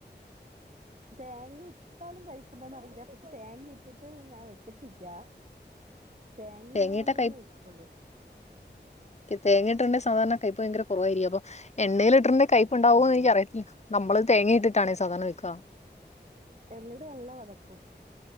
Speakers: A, on the right (about 40°); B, on the left (about 40°).
A: തേ ങ്ങ ഇട്ടാലും കയ്പ്പ് ഉണ്ടോന്ന് അറിയില്ല പക്ഷെ തേങ്ങ ഇട്ടിട്ട് ഞാൻ വെച്ചിട്ടില്ല തേങ്ങയില്ലാണ്ട്‌
B: തേങ്ങയിട്ടാ
A: തന്നെയേ വെച്ചിട്ടുള്ളു
B: തേങ്ങയിട്ടുണ്ടേൽ സാധാരണ കയ്പ് ഭയങ്കര കുറവായിരിക്കും അപ്പ എണ്ണയിലിട്ടുണ്ടേൽ കൈയ്പ്പുണ്ടാവുമോന്ന്
A: ആ
B: എനിക്കറിയത്തില്ല നമ്മള് തേങ്ങ ഇട്ടിട്ടാണേ സാധാരണ വെക്കാ
A: എണ്ണയിട്ട് നല്ല വതക്കും